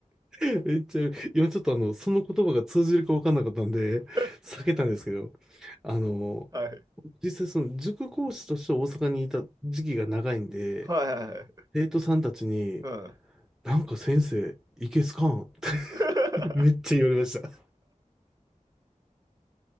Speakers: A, in the centre; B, on the right.
A: <laughs> めっちゃ、今ちょっとあの、その言葉が通じるか分かんなかったんで、
B: <laughs>
A: 避けたんですけど、あの、
B: はい。
A: 実際その塾講師として大阪にいた時期が長いんで、
B: はいはいはい。
A: 生徒さんたちに、
B: うん。
A: なんか先生、いけすかんって
B: <laughs>
A: <laughs> めっちゃ言われました。